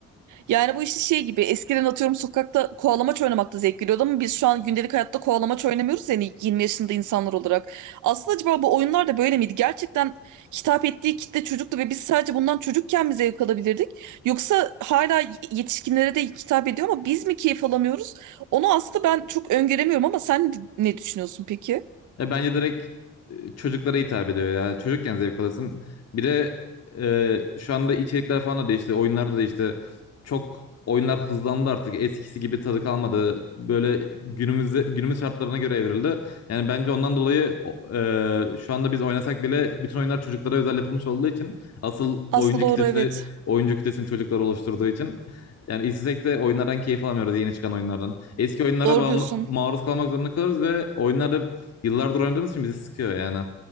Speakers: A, on the right (about 80°); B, on the left (about 55°).
A: Yani bu işte şey gibi eskiden atıyorum sokakta kovalamaç oynamakta zevk geliyordu ama biz şu an gündelik hayatta kovalamaç oynamıyoruz yani 20 yaşında insanlar olarak. Aslında acaba bu oyunlar da böyle miydi? Gerçekten hitap ettiği kitle çocuktu ve biz sadece bundan çocukken mi zevk alabilirdik? Yoksa hala yetişkinlere de hitap ediyor ama biz mi keyif alamıyoruz? Onu aslında ben çok öngöremiyorum ama sen ne düşünüyorsun peki?
B: Ya bence direkt e, çocuklara hitap ediyor ya. Çocukken zevk alasın. Bir de e, şu anda içerikler falan da değişti. Oyunlar da değişti. Çok oyunlar hızlandı artık. Eskisi gibi tadı kalmadı. Böyle günümüzde günümüz şartlarına göre evrildi. Yani bence ondan dolayı o- e, şu anda biz oynasak bile bütün oyunlar çocuklara özel yapılmış olduğu için asıl
A: Aslında
B: oyuncu
A: doğru
B: kitlesini
A: evet.
B: oyuncu kitlesini çocuklar oluşturduğu için yani istesek de oyunlardan keyif alamıyoruz yeni çıkan oyunlardan. Eski oyunlara
A: Doğru
B: bağımlı,
A: diyorsun.
B: maruz kalmak zorunda kalırız ve oyunlarda Yıllardır oynadığımız için bizi sıkıyor yani.